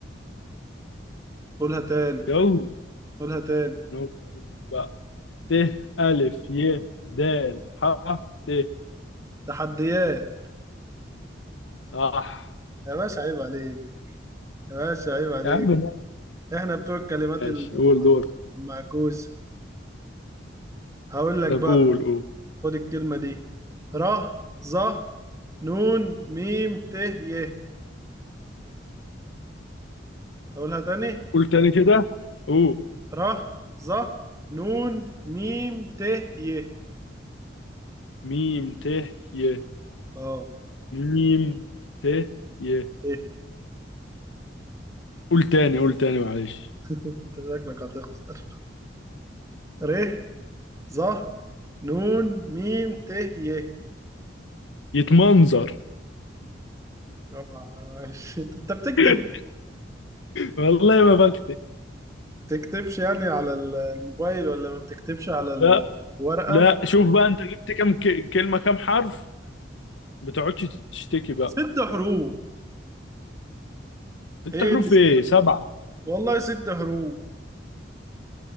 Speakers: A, on the right; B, on the left.
A: قولها تاني
B: يلا
A: قولها تاني
B: نقطة بقى ت ألف ي د ح ت
A: تحديات
B: صح
A: يا باشا عيب عليك يا باشا عيب عليك
B: يا عم لا
A: احنا بتوع الكلمات
B: ماشي
A: ال-
B: قول دور
A: المعكوسة هقول لك
B: طب
A: بقى
B: قول قول
A: خد الكلمة دي ر ظ نون ميم ت ي اقولها تاني
B: قول تاني كده قول
A: ر ظ نون ميم ت ي
B: ميم ت ي
A: اه
B: ميم ت ي ي-
A: ايه
B: قول تاني قول تاني معلش
A: انت شكلك هتخسر ر ظ نون ميم ت ي
B: يتمنظر
A: آه، <laughs> انت أنت بتكتب
B: <laughs> والله ما بكتب
A: تكتبش يعني على ال- الموبايل ولا ما بتكتبش على
B: لا
A: الورقة
B: لا شوف بقى انت جبت كام ك- كلمة كام حرف ما تقعدش تشتكي بقى
A: ست حروف
B: ست
A: ايه
B: حروف
A: اللي ست
B: ايه سبعة
A: والله ست حروف